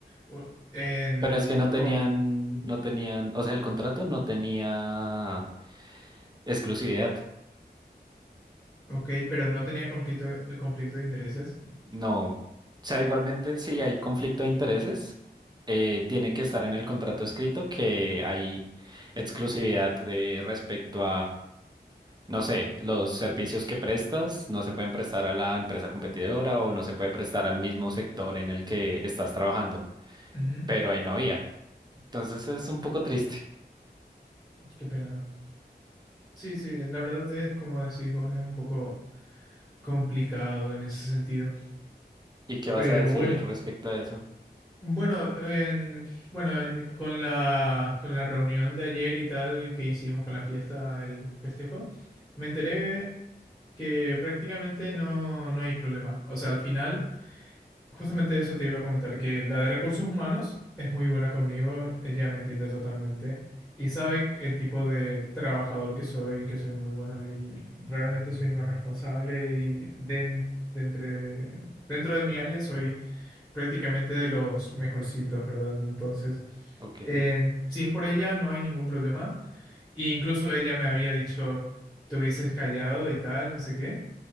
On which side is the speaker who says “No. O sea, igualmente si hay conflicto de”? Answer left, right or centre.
Right